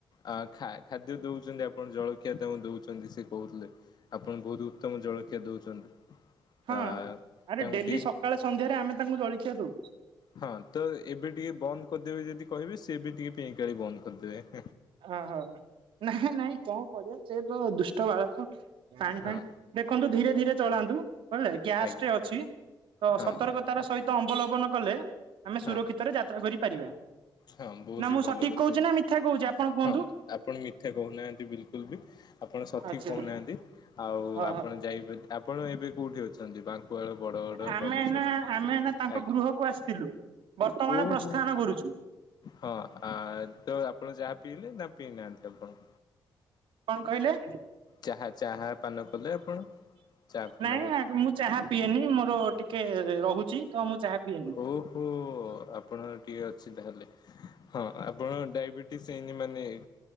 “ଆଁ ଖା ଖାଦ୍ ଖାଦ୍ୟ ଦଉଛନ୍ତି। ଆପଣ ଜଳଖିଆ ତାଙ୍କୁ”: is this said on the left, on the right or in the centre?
Left